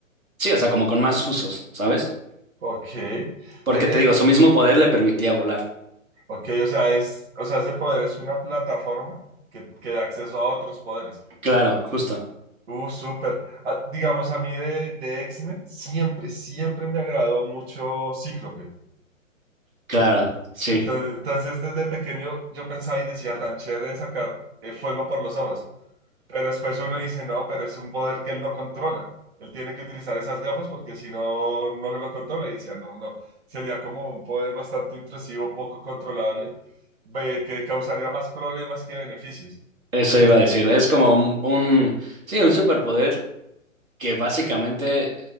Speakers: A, on the right; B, on the right.
A: sí, o sea, como con más usos, ¿sabes?
B: ok. Eh,
A: Porque
B: eh,
A: te digo, su mismo poder le permitía volar.
B: ok, o sea, es, o sea, ese poder es una plataforma que, que da acceso a otros poderes.
A: Claro, justo.
B: Uh, súper. Ah, digamos, a mí de, de X-Men siempre, siempre me agradó mucho Cíclope.
A: Claro, sí,
B: Entonces, entonces, desde pequeño yo pensaba y decía, tan chévere de sacar eh, fuego por los ojos. Pero después uno dice, no, pero es un poder que él no controla. Él tiene que utilizar esas gafas porque si no, no lo controla. Y decía, no, no, no. sería como un poder bastante intrusivo, poco controlable, ve- que causaría más problemas que beneficios.
A: eso iba a decir. Es como un, un- sí, un superpoder que básicamente